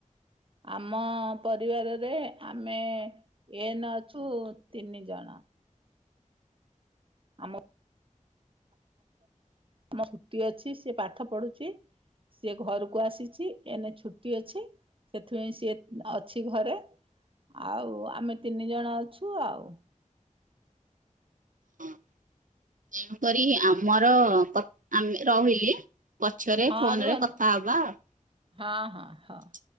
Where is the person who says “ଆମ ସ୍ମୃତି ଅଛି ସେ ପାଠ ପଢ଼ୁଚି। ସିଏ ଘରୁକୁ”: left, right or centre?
Right